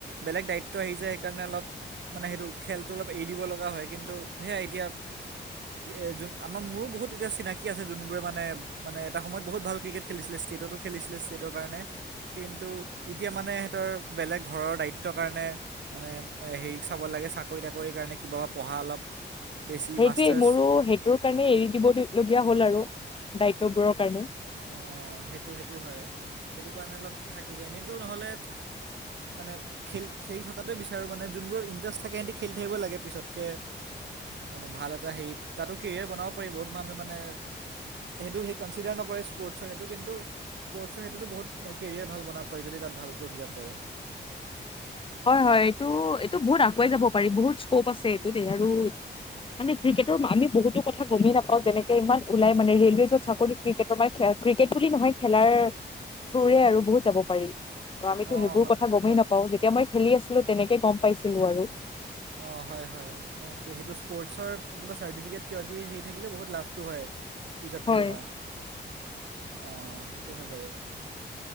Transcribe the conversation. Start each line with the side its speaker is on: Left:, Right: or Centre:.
Right: বেলেগ দায়িত্ব আহি যায় সেইকাৰণে অলপ মানে সেইটো খেলটো অলপ এৰি দিব লগা হয় কিন্তু সেয়াই এতিয়া কি, যোন আমাৰ মোৰো বহুত এতিয়া চিনাকি কি আছে যোনবোৰে মানে মানে এটা সময়ত বহুত ভাল ক্ৰিকেট খেলিছিলে, ষ্টেটতো খেলছিলে ষ্টেটৰ কাৰনে। কিন্তু এতিয়া মানে সিহঁতৰ বেলেগ ঘৰৰ দায়িত্বৰ কাৰণে মানে হেৰি চাব লাগে চাকৰি তাকৰিৰ কাৰণে, কিবা পঢ়া অলপ বেছি
Left: সেইটোৱে
Right: মাষ্টাৰ্ছ
Left: মোৰো সেইটোৰ কাৰণে এৰি দিবলগীয়া হ'ল আৰু দায়িত্ববোৰৰ কাৰণে।
Right: অ', সেইটো সেইটো হয়, সেইটো কাৰণে অলপ থাকি যায়, এনেইতো নহ'লে মানে খেল খেল থকাটোৱ বিচাৰোঁ মানে যোনবোৰ ইণ্টাৰেষ্ট থাকে সিহঁতি খেল থাকিব লাগে পিছতকে মানে ভাল এটা হেৰি, তাতো কেৰিয়াৰ বনাব পাৰি, বহুত মানুহে মানে সেইটো সেই কনচিডাৰ নকৰে স্পৰ্টছৰ সেইটো কিন্তু স্পৰ্টছৰ সেইটোতো বহুত কেৰিয়াৰ ভাল বনাব পাৰি যদি তাত ভালকৈ উঠি যাব পাৰে।
Left: হয় হয়, এইটো এইটো বহুত আগুৱাই যাব পাৰি, বহুত স্কপ আছে এইটোত আৰু মানে ক্ৰিকেটৰ আমি বহুতো কথা গমেই নাপাওঁ যেনেক ইমান ওলাই মানে ৰে'লৱে য'ত চাকৰি ক্ৰিকেটৰ মানে খে ক্ৰিকেট বুলি নহয় খেলাৰ থ্ৰোৰে আৰু বহুত যাব পাৰি। ত' আমিতো
Right: অঁ
Left: সেইবোৰ
Right: হয়
Left: কথা গমেই
Right: হয়
Left: নাপাওঁ, যেতিয়া মই খেলি আছিলোঁ তেনেকে গম পাইছিলোঁ আৰু।
Right: অ', হয় হয়। সেইটো স্পৰ্টছৰ কিবা চাৰ্টিফিকেট কিবা কিবি হেই থাকিলে বহুত লাভটো হয়। পইছাতকে
Left: হয়।
Right: তোমাৰ। অ', সেইটো হয় বাৰু। আ,